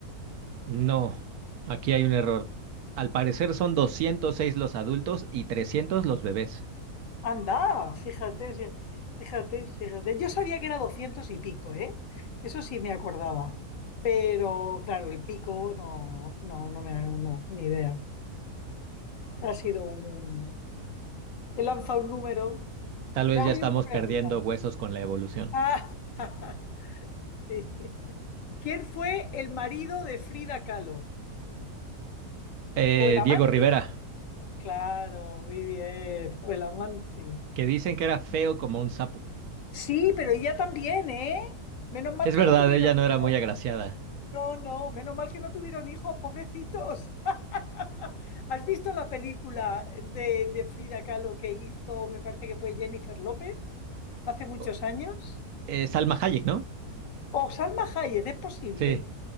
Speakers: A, on the right; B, on the left.
A: No, aquí hay un error. Al parecer son 206 los adultos y 300 los bebés.
B: Anda, fíjate, fí- fíjate, fíjate. Yo sabía que era 200 y pico, ¿eh? Eso sí me acordaba. Pero claro, el pico no, no, no me ha- no, ni idea. Ha sido un... He lanzado un número.
A: Tal vez
B: Te hago
A: ya estamos
B: yo una pregunta.
A: perdiendo huesos con la evolución.
B: Ah, <laughs> sí. ¿Quién fue el marido de Frida Kahlo?
A: Eh,
B: ¿O el amante?
A: Diego Rivera,
B: Claro, muy bien. O el amante.
A: que dicen que era feo como un sapo.
B: Sí, pero ella también, ¿eh? Menos mal
A: Es
B: que
A: verdad,
B: no tuvieron
A: ella no
B: hijos.
A: era muy agraciada.
B: No, no, menos mal que no tuvieron hijos, pobrecitos. <laughs> ¿Has visto la película de, de Frida Kahlo que hizo, me parece que fue Jennifer López, hace muchos
A: O-
B: años?
A: eh, Salma Hayek, ¿no?
B: O Salma Hayek, es posible.
A: Sí,